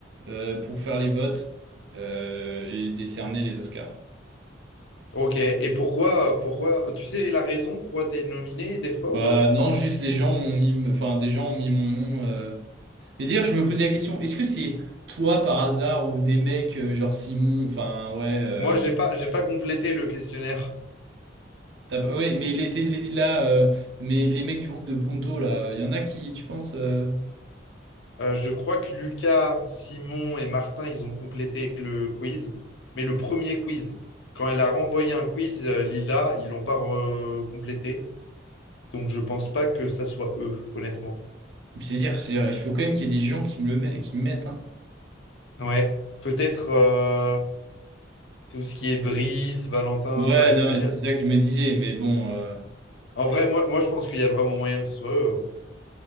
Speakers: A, on the right; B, on the left.
A: euh, pour faire les votes euh, et décerner les Oscars.
B: Ok, et pourquoi, pourquoi, tu sais la raison pourquoi t'es nominé des fois
A: Bah
B: ou pas?
A: non, juste les gens ont mis, enfin, des gens ont mis mon nom. euh, Mais d'ailleurs, je me posais la question, est-ce que c'est toi par hasard ou des mecs euh, genre Simon, enfin ouais, euh,
B: Moi, j'ai pas, j'ai pas complété le questionnaire.
A: t'as- ouais, mais il était il est là, euh, mais les mecs du groupe de Pronto là, il y en a qui, tu penses, euh,
B: Euh, je crois que Lucas, Simon et Martin, ils ont complété le quiz, mais le premier quiz. Quand elle a renvoyé un quiz, euh, Lila, ils l'ont pas re- complété, donc je pense pas que ça soit eux, honnêtement.
A: c'est-à-dire, c'est- il faut quand même qu'il y ait des gens qui me le met- qui me mettent, hein.
B: Ouais, peut-être euh, tout ce qui est Brice, Valentin,
A: Ouais,
B: t'as réfléchi
A: non, mais c'est
B: à ça?
A: ça que je me disais, mais bon, euh,
B: En vrai, moi, moi, je pense qu'il y a vraiment moyen que ce soit eux. hein.